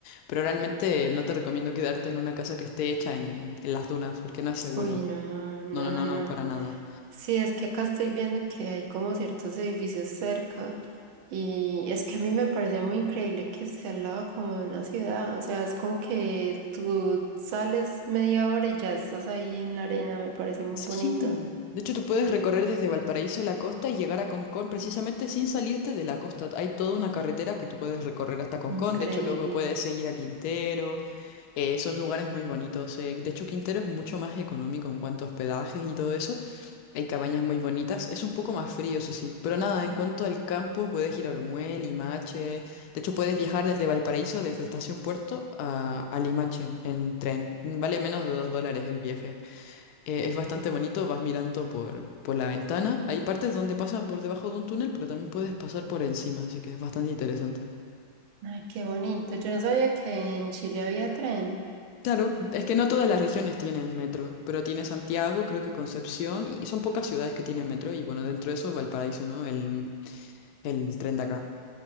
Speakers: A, on the left; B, on the right.
A: pero realmente no te recomiendo quedarte en una casa que esté hecha en, en las dunas, porque no es seguro.
B: Uy, no, no,
A: No, no,
B: no,
A: no,
B: no.
A: no, para nada.
B: Sí, es que acá estoy viendo que hay como ciertos edificios cerca. Y es que a mí me parece muy increíble que esté al lado como de una ciudad. O sea, es como que tú sales media hora y ya estás ahí en la arena. Me parece muy
A: Sí.
B: bonito.
A: De hecho, tú puedes recorrer desde Valparaíso a la costa y llegar a Concón precisamente sin salirte de la costa. Hay toda una carretera que tú puedes recorrer hasta Concón.
B: Increíble.
A: De hecho, luego puedes seguir a Quintero. Eh, son lugares muy bonitos. eh. De hecho, Quintero es mucho más económico en cuanto a hospedajes y todo eso. Hay cabañas muy bonitas. Es un poco más frío, eso sí. Pero nada, en cuanto al campo, puedes ir a Olmué, Limache. De hecho, puedes viajar desde Valparaíso, desde Estación Puerto a, a Limache en tren. Vale menos de dos dólares el viaje. Eh, es bastante bonito, vas mirando por, por la ventana. Hay partes donde pasas por debajo de un túnel, pero también puedes pasar por encima, así que es bastante interesante.
B: Ay, qué bonito. Yo no sabía que en Chile había tren.
A: Claro, es que no todas las regiones tienen metro, pero tiene Santiago, creo que Concepción, y son pocas ciudades que tienen metro, y bueno, dentro de eso Valparaíso, ¿no? El, el tren de acá.